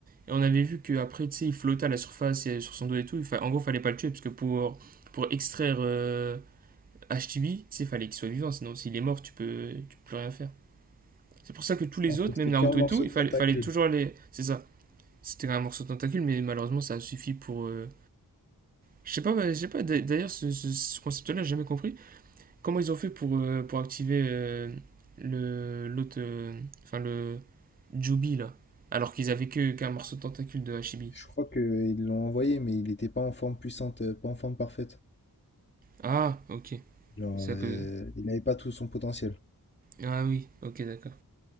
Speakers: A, on the right (about 25°); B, on the left (about 30°).
A: Et on avait vu qu'après, tu sais, il flottait à la surface et sur son dos et tout. Il fa- En gros, il fallait pas le tuer, parce que pour, pour extraire euh, Hachibi, tu sais, il fallait qu'il soit vivant. Sinon, s'il est mort, tu peux, tu peux plus rien faire. C'est pour ça que tous les
B: alors
A: autres,
B: que c'était
A: même Naruto
B: qu'un morceau
A: et tout, il
B: de
A: fallait,
B: tentacule.
A: fallait toujours les. C'est ça. C'était un morceau de tentacule, mais malheureusement, ça a suffi pour. euh, Je sais pas, bah, je sais pas. D'ailleurs, ce, ce- ce concept-là, j'ai jamais compris. Comment ils ont fait pour, euh, pour activer euh, le l'autre. euh, Enfin, le. Jubi, là. Alors qu'ils avaient que qu'un morceau de tentacule de Hachibi.
B: Je crois qu'ils l'ont envoyé, mais il n'était pas en forme puissante, euh, pas en forme parfaite.
A: Ah, ok.
B: Genre,
A: C'est
B: euh,
A: à cause.
B: il n'avait pas tout son potentiel.
A: Ah oui, ok, d'accord.